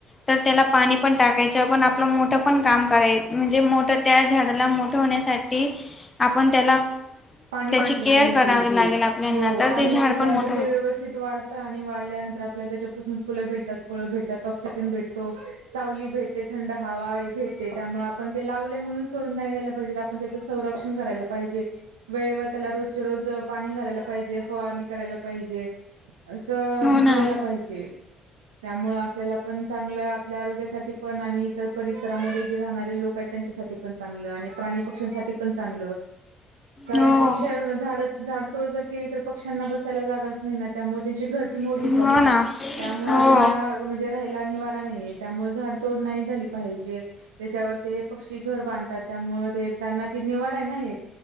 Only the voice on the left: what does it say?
तर त्याला पाणी पण टाकायचं पण आपलं मोठं पण काम कराय म्हणजे मोठं त्या झाडाला मोठं होण्यासाठी. आपण त्याला
त्याची
केअर
करावी लागेल आपल्याना
तर
ते झाड
पण मोठं
हो ना
हो
हो
ना
हो